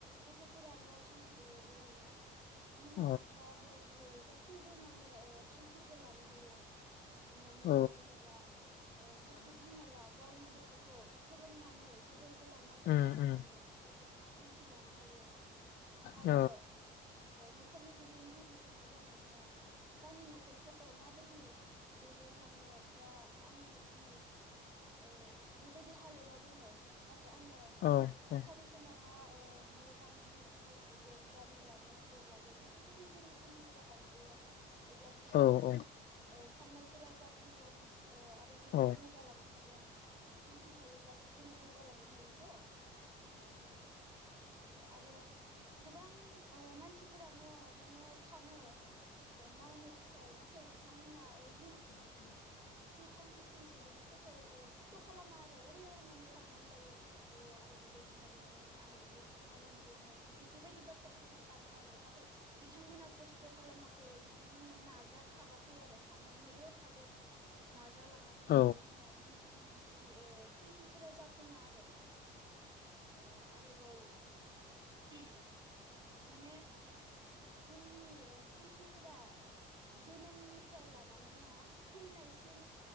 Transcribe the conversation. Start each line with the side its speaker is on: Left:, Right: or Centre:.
Right: ओ थफोराल थांखि थायो बे नङा बिमा
Left: औ
Right: बिफा बोराय बुरै गासैबो माने ओ थांखिखौ लानो हायो हमनानै
Left: औ
Right: ला जेनेबा ओ सासे बिमाया गावनि गथखौ फोरोंनानै गेदेर गोलाव माबायदि
Left: उम
Right: फोरोंलांनो
Left: उम
Right: बेफोरखौहा थांखि लानो हायो। आरो
Left: औ
Right: नखरनि ओ दैदेनगि बियो सासे जानानैहा गावनि नखरखो माबायदि दैदेनलांनो बा आङो दिनै ओ बेबायदि हालोदाव दङ ना फ्राय आङो
Left: औ औ
Right: थि समावहा ओ न बां गिदिर गिदिर लुगोन गारि लागोन मटर लागोन बेफोरबायदि जिउनि थांखिफोरा थानांगौ आरो अब्लासो
Left: औ
Right: जोंनि
Left: औ
Right: ओ साननायफोरा जाफुंगोन ओ आरो जोंङो
Left: औ
Right: जौगालांनो हागोन। थांखि थायोब्लासो जोंङो जौगालांनो हायोथ ओ आरो गोबां ओ मानसिफोरानो माने सानो ओ मावनो थाखाय नाथाय बिथांमोना ओ जिउ थांखिसिम सौहैनो थाखाय ओ कत खालामा आरो ओरैनो माने साननानै लायो औ आं बेबाय जागौमोन आं बेबायदि खालामगौमोन बेफोरबायदि बाथ्राफोरखौ सानो आरो नाथाय बिथांमोना खस्थ खालामाखै बिथांमोना नाजाथाबाखै आरो साननानैल थादों। नाजालाङाखै
Left: औ
Right: बिथांमोना बिनिखायनो बिसोरनि ओ थांखिफोरा जाफुङा आरो ओ आरोबाव <inaudible> माने जोंनि थांखिफोरा जोनोमनिफ्राय लानानैहा थैनायसिम